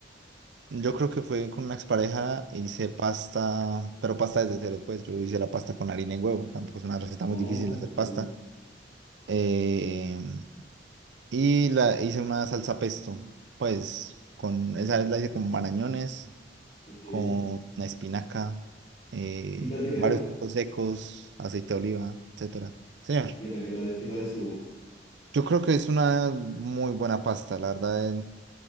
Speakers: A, on the right (about 75°); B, on the left (about 45°).
A: Yo creo que fue con una expareja, hice pasta, pero pasta desde cero, pues yo hice la pasta con harina y huevo, tampoco es una receta
B: Oh,
A: muy difícil hacer
B: ok.
A: pasta. Eh, y la hice una salsa pesto, pues con esa vez la hice con marañones,
B: Ok. ¿Y
A: con una espinaca, eh,
B: qué tal te quedó?
A: varios frutos secos, aceite de oliva, etcétera. Señor,
B: ¿Y ¿Qué tal, qué tal, es- qué tal estuvo?
A: yo creo que es una muy buena pasta, la verdad,